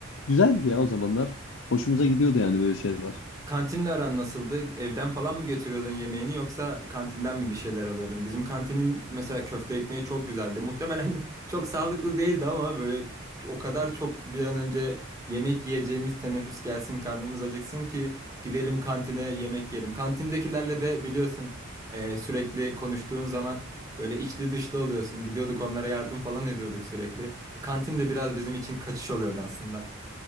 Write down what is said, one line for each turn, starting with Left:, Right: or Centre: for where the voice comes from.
Left: Güzeldi ya o zamanlar. Hoşumuza gidiyordu yani böyle şeyler.
Right: Kantinle aran nasıldı? Evden falan mı götürüyordun yemeğini yoksa kantinden mi bir şeyler alıyordun? Bizim kantinin mesela köfte ekmeği çok güzeldi. Muhtemelen <laughs> çok sağlıklı değildi ama böyle o kadar çok bir an önce yemek yiyeceğimiz teneffüs gelsin, karnımız acıksın ki gidelim kantine yemek yiyelim. Kantindekilerle de biliyorsun e, sürekli konuştuğun zaman böyle içli dışlı oluyorsun. Gidiyorduk onlara yardım falan ediyorduk sürekli. O kantin de biraz bizim için kaçış oluyordu aslında.